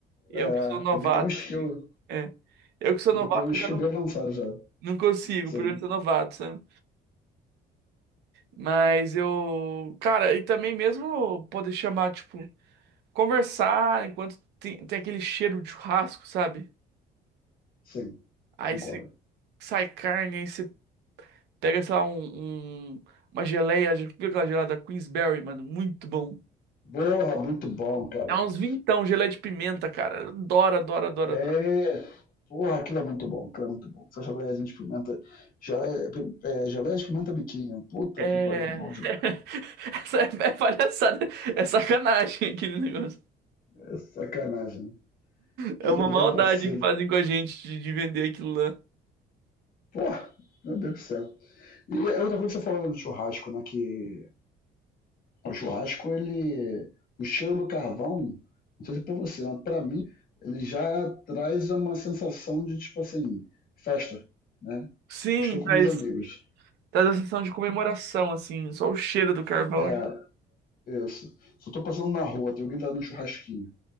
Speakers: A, on the right; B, on the left.
A: Eu
B: É,
A: que sou novato,
B: tem que ter um skill.
A: assim. É. Eu que sou
B: Tem
A: novato,
B: que ter um skill
A: eu já não,
B: bem avançado já.
A: não consigo,
B: Sim,
A: por eu ser novato, sabe? Mas eu, cara, e também mesmo poder chamar, tipo, conversar enquanto tem, tem aquele cheiro de churrasco, sabe?
B: sim,
A: Aí
B: concordo.
A: se sai carne, aí você pega, sei lá, um, um- uma geleia, já viu aquela geleia da Queensberry, mano? Muito bom.
B: Porra, muito bom, caraca.
A: É uns vintão, geleia de pimenta, cara. Adoro, adoro, adoro,
B: É.
A: adoro.
B: Porra, aquilo é muito bom, aquilo é muito bom. Essa geleiazinha de pimenta. Geleia, é, geleia de pimenta biquinho. Puta
A: É.
B: que pariu, é bom demais.
A: <laughs> Essa é é palhaçada, é sacanagem aquele negócio.
B: É sacanagem. Aquilo
A: É uma
B: ali
A: maldade
B: é um vacilo.
A: que fazem com a gente de, de vender aquilo lá.
B: Porra, meu Deus do céu. E é outra coisa que você falou né, do churrasco, né? Que o churrasco, ele. O cheiro do carvão, não sei se é pra você, mas pra mim, ele já traz uma sensação de, tipo assim, festa, né?
A: Sim,
B: Estou
A: traz.
B: com meus amigos.
A: Traz uma sensação de comemoração, assim, só o cheiro do carvão.
B: É, Isso. Se eu tô passando na rua, tem alguém tá no churrasquinho,